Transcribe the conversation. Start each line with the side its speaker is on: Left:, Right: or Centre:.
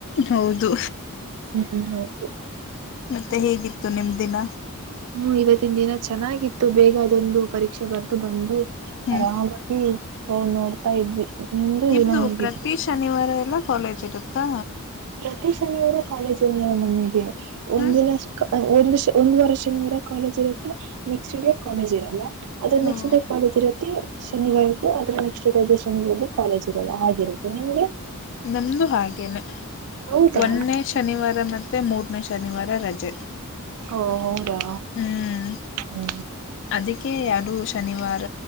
Left: ಹೌದು
Right: ಹ್ಮ್ ಹೌದು
Left: ಮತ್ತೆ ಹೇಗಿತ್ತು ನಿಮ ದಿನ
Right: ಹ್ಮ್ ಇವತ್ತಿನ ದಿನ ಚೆನ್ನಾಗಿತ್ತು ಬೇಗ ಅದೊಂದು ಪರೀಕ್ಷೆ ಬರೆದು ಬಂದು
Left: ಹ್ಮ್
Right: ಆರಾಮಾಗಿ ಹೋ ನೋಡ್ತಾ ಇದ್ವಿ ನಿಮೂ
Left: ನಿಮ್ದು
Right: ದಿನ ಹೇಗಿತ್ತು
Left: ಪ್ರತಿ ಶನಿವಾರ ಎಲ್ಲ ಕಾಲೇಜ್ ಇರುತ್ತಾ
Right: ಪ್ರತಿ ಶನಿಯವರ ಕಾಲೇಜಲ್ಲಿ ಮಮ್ಮಿಗೆ ಒಂದಿನ
Left: ಹ್ಮ್
Right: ಒಂದ ಒಂದು ವರ್ಷ ನಿಂದ ಕಾಲೇಜ್ ಇರುತ್ತೆ ನೆಕ್ಸ್ಟ್ ಡೇ ಕಾಲೇಜ್ ಇರಲ್ಲ ಅದ
Left: ಹ್ಮ
Right: ನೆಕ್ಸ್ ಟೈ ಕಾಲಜ್ ಇರುತ್ತೆ ಶನಿವಾರ್ದು ಅದ್ರೆ ನೆಕ್ಸ್ಡೇ ಶನಿವಾರ್ದು ಕಾಲೇಜ್ ಇರೋದು ಹಾಗೆರುತ್ತೆ ನಿಮ್ಗೆ
Left: ನಮ್ದು ಹಾಗೇನೆ
Right: ಹೌದಾ
Left: ಒಂದೇ ಶನಿವಾರ ಮತ್ತುತ್ತೆ ಮೂರನೇ ಶನಿವಾರ ರಜೆ
Right: ಓ ಹೌದಾ
Left: ಹ್ಮ್
Right: ಹ್ಮ
Left: ಅದಕ್ಕೆ ಯಾರು ಶನಿವಾರ